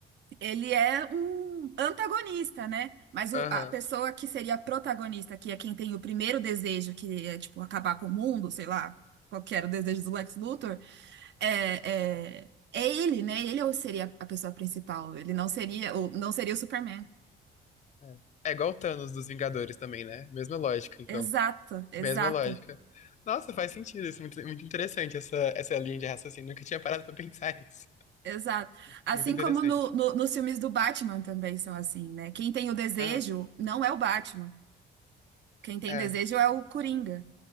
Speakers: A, on the right; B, on the left.
A: Ele é um antagonista, né? Mas o-
B: Aham.
A: a pessoa que seria a protagonista, que é quem tem o primeiro desejo, que é, tipo, acabar com o mundo, sei lá, qual que era o desejo do Lex Luthor, é, é, é ele, né? Ele ou seria a pessoa principal. Ele não seria, ou não seria o Superman.
B: É. É igual o Thanos dos Vingadores também, né? Mesma lógica, então.
A: Exato, exato,
B: Mesma lógica. Nossa, faz sentido isso. Muito, muito interessante essa, essa linha de raciocínio. Nunca tinha parado pra pensar nisso.
A: exato. Assim
B: Muito interessante.
A: como no, no- nos filmes do Batman também são assim, né? Quem tem o desejo
B: Aham,
A: não é o Batman. Quem tem
B: é.
A: desejo é o Coringa.